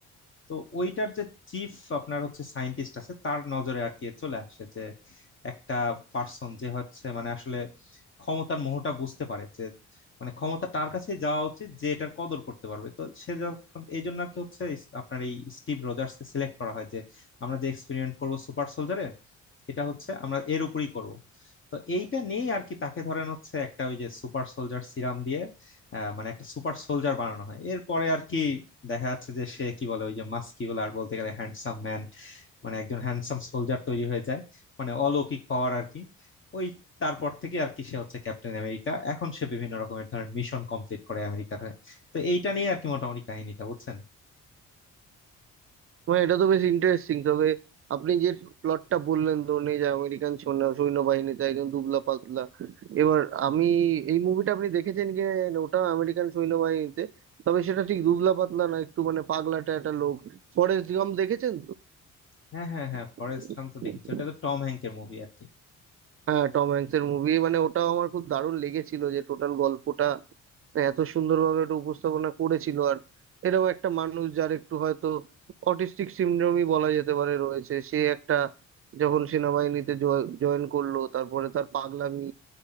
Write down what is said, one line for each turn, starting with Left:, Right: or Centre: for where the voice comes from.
Left: তো ওইটার যে চিফ আপনার হচ্ছে সায়েন্টিস্ট আছে তার নজরে আর কি চলে আসে যে একটা পার্সন যে হচ্ছে মানে আসলে ক্ষমতার মোহটা বুঝতে পারে যে মানে ক্ষমতা তার কাছে যাওয়া উচিত যে এটার কদর করতে পারবে তো সে যখন এই জন্য আর কি হচ্ছে ইস- আপনার এই স্টিভ রজার্স কে সিলেক্ট করা হয় যে আমরা যে এক্সপেরিমেন্ট করব সুপার সোলজারে এটা হচ্ছে আমরা এর উপরই করব তো এইটা নিয়েই আর কি তাকে ধরেন হচ্ছে একটা ওই যে সুপার সোলজার সিরাম দিয়ে আহ, মানে একটা সুপার সোলজার বানানো হয় এরপরে আর কি দেখা যাচ্ছে যে সে কি বলে ওই যে মাস্কিউলার বলতে গেলে হ্যান্ডসাম ম্যান মানে একজন হ্যান্ডসাম সোলজার তৈরি হয়ে যায় মানে অলৌকিক পাওয়ার আর কি ওই তারপর থেকে আর কি সে হচ্ছে ক্যাপ্টেন আমেরিকা এখন সে বিভিন্ন রকমের ধরেন মিশন কমপ্লিট করে আমেরিকার হয়ে। তো এইটা নিয়ে আর কি মোটামুটি কাহিনীটা বুঝছেন
Right: মানে এটা তো বেশ ইন্টারেস্টিং তবে আপনি যে প্লটটা বললেন ধরুন এই যে আমেরিকান সৈন্য- সৈন্যবাহিনীতে একজন দুবলা পাতলা এবার আমি এই মুভিটা আপনি দেখেছেন কি ওটা আমেরিকান সৈন্যবাহিনীতে তবে সেটা ঠিক দুবলা পাতলা না একটু মানে পাগলাটে একটা লোক ফরেস্ট গাম দেখেছেন
Left: হ্যাঁ হ্যাঁ হ্যাঁ
Right: তো
Left: ফরেস্ট গাম্প তো দেখেছি ওটা তো টম হ্যাঙ্কের মুভি আর কি
Right: হ্যাঁ টম হ্যাঙ্কস এর মুভি মানে ওটাও আমার খুব দারুণ লেগেছিল যে টোটাল গল্পটা মানে এত সুন্দরভাবে ওটা উপস্থাপনা করেছিল আর এরকম একটা মানুষ যার একটু হয়তো অটিস্টিক সিনড্রোমই বলা যেতে পারে রয়েছে সে একটা যখন সেনাবাহিনীতে জয়েন করলো তারপরে তার পাগলামি